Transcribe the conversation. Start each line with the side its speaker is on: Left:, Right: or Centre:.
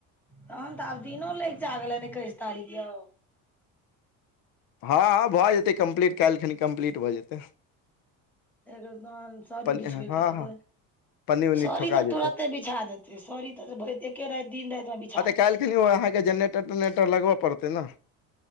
Centre: तहन तऽ आब दिनो लैकचिया गेलैनि एकैस तारीख यौ।
Left: हँ हँ भऽ जेतै कम्प्लीट काल्हिखिन कम्प्लीट भऽ जेतै।
Centre: एगो तहन सॅरी
Left: पन्नी
Centre: बिछबैके
Left: हँ
Centre: रहतै।
Left: हँ पन्नी उन्नी
Centre: सॅड़ी
Left: ठोका
Centre: तऽ
Left: जेतै
Centre: तुरते बिछा देते सॅड़ी तऽ भैर एके राति दिन राति में बिछा देते।
Left: काल्हिखिन ओ अहाँके जेनेरटर तेनेटर लगबऽ पड़तै ने।